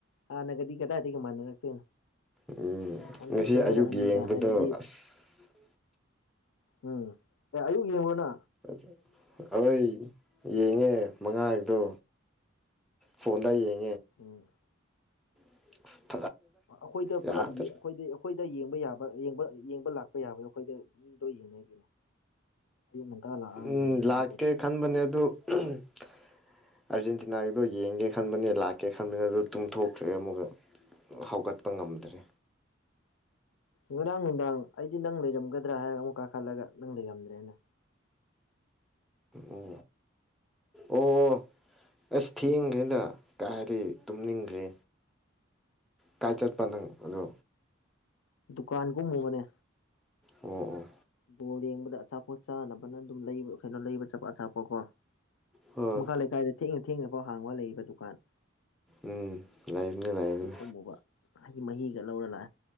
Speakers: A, on the left (about 80°); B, in the centre.
A: ꯑꯥꯅꯒꯗꯤ ꯀꯗꯥꯇ ꯀ ꯃꯥꯅ ꯂꯥꯛꯇꯅ
B: ꯎꯝ
A: ꯌꯥꯝ
B: ꯉꯁꯤ
A: ꯊꯤ ꯈꯦꯠꯅꯔꯛꯑꯅꯤꯗ
B: ꯑꯌꯨꯛ ꯌꯦꯡꯕꯗꯣ
A: ꯍꯥꯏꯕꯗꯤ
B: ꯑꯁ
A: ꯎꯝ ꯑꯦ ꯑꯌꯨꯛ ꯌꯦꯡꯉꯨꯔꯅ
B: ꯐꯖ ꯑꯩꯣꯏ ꯌꯦꯡꯉꯦ ꯃꯉꯥꯗꯣ ꯐꯣꯟꯗ ꯍ
A: ꯎꯝ
B: <unintelligible>
A: ꯑꯩꯈꯣꯏꯗ
B: ꯌꯥꯗ꯭ꯔꯦ
A: ꯄꯨꯂꯞ ꯌꯦ ꯑꯩꯈꯣꯏꯗ ꯑꯩꯈꯣꯏꯗ ꯌꯦꯡꯕ ꯌꯥꯕ ꯌꯦꯡꯕ ꯌꯦꯡꯕ ꯂꯥꯛꯄ ꯌꯥꯕꯗꯣ ꯑꯩꯈꯣꯏꯗ ꯃꯤꯗꯣ ꯌꯦꯡꯅꯩ ꯀꯩꯅꯣ ꯑꯌꯨꯛ ꯉꯟꯇꯥ ꯂꯥꯛꯑꯒ
B: ꯎꯝ
A: ꯌꯦꯡꯉꯤꯒꯤꯅ
B: ꯂꯥꯛꯀꯦ
A: ꯀꯩꯅꯣ
B: ꯈꯟꯕꯅꯦ ꯑꯗꯨ ꯑꯥꯔꯖꯦꯟꯇꯤꯅꯥꯒꯤꯗꯣ ꯌꯦꯡꯒꯦ ꯈꯟꯕꯅꯦ ꯂꯥꯛꯀꯦ ꯈꯟꯕꯅꯦ ꯑꯗꯨ ꯇꯨꯡꯊꯣꯛꯇ꯭ꯔꯦ ꯑꯃꯨꯛꯀ ꯍꯧꯒꯠꯄ ꯉꯝꯗ꯭ꯔꯦ
A: ꯉꯔꯥꯡ ꯅꯨꯡꯗꯥꯡ ꯑꯩꯗꯤ ꯅꯪ ꯂꯩꯔꯝꯒꯗ꯭ꯔꯥ ꯍꯥꯏꯔꯒ ꯑꯃꯨꯛ ꯀꯥꯈꯠꯂꯒ ꯅꯪ ꯂꯩꯔꯝꯗ꯭ꯔꯦꯅ
B: ꯑꯣ ꯑꯣ ꯑꯁ ꯊꯦꯡꯈ꯭ꯔꯦꯗ ꯀꯥꯏꯗꯤ ꯇꯨꯝꯅꯤꯡꯈ꯭ꯔꯦ ꯀꯥꯏ ꯆꯠꯄ ꯅꯪ ꯑꯗꯣ
A: ꯗꯨꯀꯥꯟꯒꯨꯝꯃꯨꯕꯅꯦ
B: ꯑꯣ ꯑꯣ
A: ꯕꯣꯜ ꯌꯦꯡꯕꯗ ꯑꯆꯥꯄꯣꯠ ꯆꯥꯅꯕꯅ ꯑꯗꯨꯝ ꯂꯩꯕ ꯀꯩꯅꯣ ꯂꯩꯕ ꯆꯠꯄ ꯑꯆꯥꯄꯣꯀꯣ
B: ꯍꯣꯏ
A: ꯃꯈꯥ ꯂꯩꯀꯥꯏꯗ ꯊꯦꯡꯅ ꯊꯦꯡꯅ ꯐꯥꯎ ꯍꯥꯡꯕ ꯂꯩꯕ ꯗꯨꯀꯥꯟ
B: ꯎꯝ ꯂꯩꯕꯅꯤ ꯂꯩꯕꯅꯤ
A: ꯈꯨꯝꯃꯨꯕ ꯍꯥꯏꯗꯤ ꯃꯍꯤꯒ ꯂꯧꯔ ꯂꯥꯛꯑꯦ